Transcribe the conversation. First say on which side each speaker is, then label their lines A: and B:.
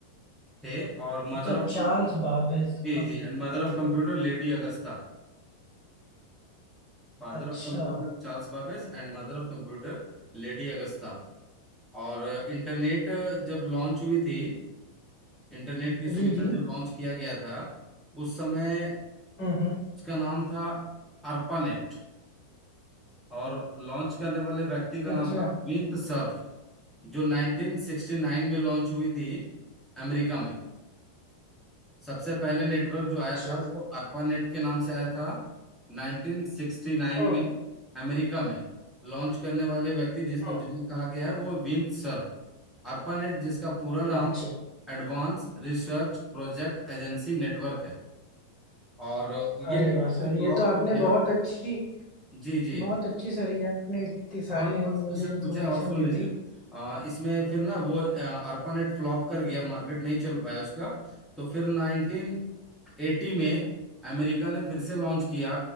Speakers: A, in the centre; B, on the left.
A: थे और मदर
B: अच्छा
A: ऑफ
B: चार्ल्स बाबेज
A: जी
B: हाँ
A: जी and mother of computer lady Augusta Father
B: अच्छा
A: of computer Charles Babbage and mother of computer lady Augusta और इंटरनेट जब लॉन्च हुई थी इंटरनेट की सुविधा
B: जी जी
A: जब लॉन्च किया गया था उस समय
B: हम्म हम्म,
A: उसका नाम था अर्पानेट और लॉन्च करने वाले व्यक्ति का नाम
B: अच्छा
A: था विंत सर्फ जो 1969 में लॉन्च हुई थी अमेरिका में सबसे पहले नेटवर्क जो आया
B: अच्छा
A: था वो अर्पानेट के नाम से आया था 1969
B: हम्म
A: में अमेरिका में लॉन्च करने वाले व्यक्ति जिसको
B: हम्म,
A: जनक कहा गया है वो विंत सर्फ अर्पानेट जिसका पूरा नाम
B: अच्छा
A: advance research project agency network है और ये
B: अरे
A: नेटवर्क
B: वाह
A: से
B: सर
A: फ्लॉप
B: ये तो आपने
A: कर गया
B: बहुत अच्छी
A: जी जी
B: बहुत अच्छी सर ये आपने इतनी
A: और
B: सारी
A: और
B: इन-
A: समस्या
B: मुझे इन्फॉर्मेशन
A: पूछे और सुन
B: दे
A: लीजिए
B: दी
A: आ, इसमें फिर ना वो अर्पानेट फ्लॉप कर गया मार्केट नहीं चल पाया उसका तो फिर 1980 में अमेरिका ने फिर से लॉन्च किया